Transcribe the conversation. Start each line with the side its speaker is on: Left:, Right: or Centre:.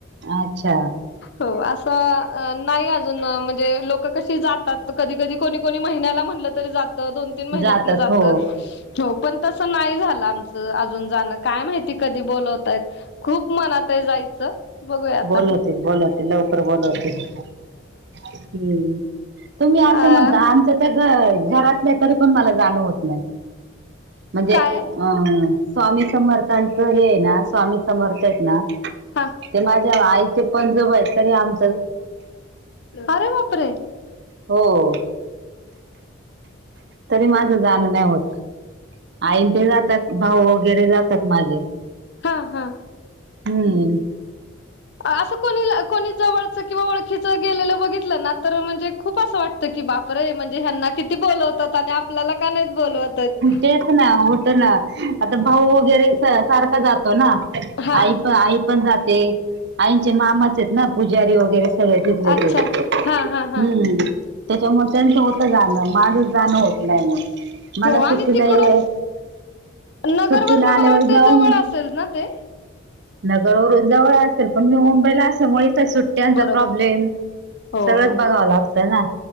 Right: अच्छा
Left: हो. असं नाही अजून, म्हणजे लोक कशी जातात? कधी कधी कोणी कोणी महिन्याला म्हणलं तरी जात. दोन तीन महिन्यातनं
Right: जातात
Left: जात
Right: हो
Left: हो पण तसं नाही झालं आमचं अजून जाणं. काय माहिती कधी बोलवतायेत? खूप मनात आहे जायचं. बघूया आता
Right: बोलवतील बोलवतील. लवकर बोलवतील. हम्म. तुम्ही असं
Left: अ
Right: म्हणता, आमचं तर घ-घरातल्या, तरी पण मला जाणं होत नाही. म्हणजे,
Left: काय
Right: अं, स्वामी समर्थांचं हे आहे ना, स्वामी समर्थ आहेत ना
Left: हां.
Right: ते माझ्या आईचे पणजोबा आहेत, तरी आम
Left: अरे बापरे!
Right: हो. तरी माझं जाणं नाही होत. आईन ते जातात. भाऊ वगैरे जातात माझे.
Left: हा. हा.
Right: हम्म.
Left: असं कोणी ल, कोणी जवळचं किंवा ओळखीचं गेलेलं बघितलं ना, तर म्हणजे खूप असं वाट की बाप रे! म्हणजे ह्यांना किती बोलवतात आणि आपल्याला का नाहीत बोलवत? आहेत
Right: तेच ना होतं ना आता भाऊ वगैरे सारखा जातो ना.
Left: हा
Right: आई प आई पण जाते. आईचे मामाच आहेत ना पुजारी वगैरे सगळे टिकले
Left: अच्छा
Right: ते हम्म
Left: हा हा हा
Right: त्याच्यामुळ त्यांचं होत जाणं माझच जाणं होत नाही मग. मला
Left: हो
Right: सुट्टीला
Left: आणि तिकडून
Right: ये-
Left: नगरवरन
Right: सुट्टीला आल्यावर
Left: मला वाटतं
Right: जाऊ
Left: जवळ
Right: मग
Left: असल ना ते.
Right: नगरवरून जवळ असेल, पण मी मुंबईला असमुळे इथ सुट ट्याचा
Left: बरोबर
Right: प्रॉब्लेम
Left: हो
Right: सगळंच बघावं लागतं ना.